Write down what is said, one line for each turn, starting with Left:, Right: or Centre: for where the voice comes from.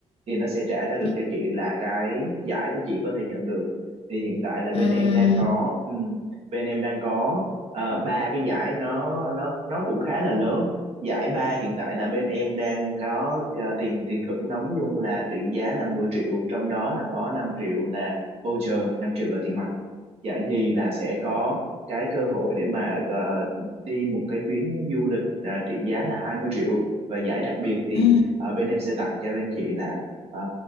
Right: thì nó sẽ trả ra được
Left: ừ,
Right: cho chị là cái giải của chị có thể nhận được thì hiện tại là bên
Left: ừ,
Right: em đang có ừm, bên em đang có ờ, ba cái giải nó nó nó cũng khá là lớn giải ba hiện tại là bên em đang có ờ, tiền tiền thưởng nóng luôn là trị giá là 10 triệu trong đó là có 5 triệu là voucher 5 triệu là tiền mặt giải nhì là sẽ có cái cơ hội để mà ờ, đi một cái chuyến du lịch à, trị giá là 20 triệu và giải đặc biệt thì
Left: ừ.
Right: ờ, bên em sẽ tặng cho bên chị là ờ,